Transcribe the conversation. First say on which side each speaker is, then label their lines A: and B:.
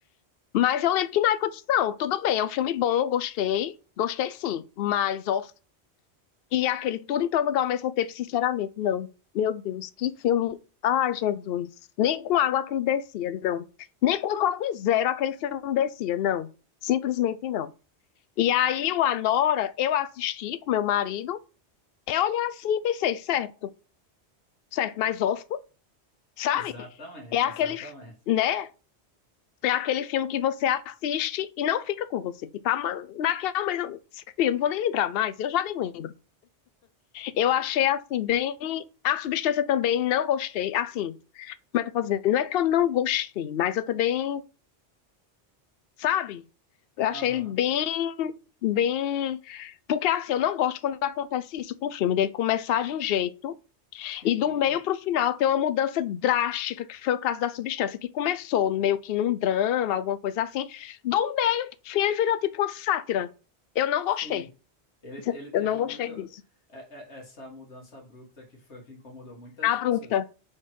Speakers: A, on the left (about 65°); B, on the left (about 80°).
A: Mas eu lembro que na época eu disse, não, tudo bem, é um filme bom, gostei, gostei sim, mas Oscar. E aquele tudo em todo lugar ao mesmo tempo, sinceramente, não. Meu Deus, que filme. Ai, Jesus. Nem com água aquele descia, não. Nem com o copo zero aquele filme descia, não. Simplesmente não. E aí o Anora, eu assisti com meu marido, eu olhei assim e pensei, certo, certo, mas Oscar, sabe?
B: Exatamente,
A: É aquele,
B: exatamente.
A: né? É aquele filme que você assiste e não fica com você. Tipo, ah, mas daqui a um mês, eu- esse filme, não vou nem lembrar mais, eu já nem lembro. Eu achei, assim, bem... A substância também não gostei, assim, como é que eu posso dizer? Não é que eu não gostei, mas eu também, sabe? Eu achei
B: Aham.
A: ele bem, bem... Porque, assim, eu não gosto quando acontece isso com o filme, dele começar de um jeito
B: Sim,
A: E do meio pro final tem uma mudança drástica, que foi o caso da substância, que começou meio que num drama, alguma coisa assim. Do meio pro fim ele virou tipo uma sátira. Eu não gostei.
B: sim. Ele, ele teve
A: Eu não gostei
B: muito
A: disso.
B: é- é- essa mudança abrupta que foi o que incomodou muitas
A: Abrupta.
B: pessoas.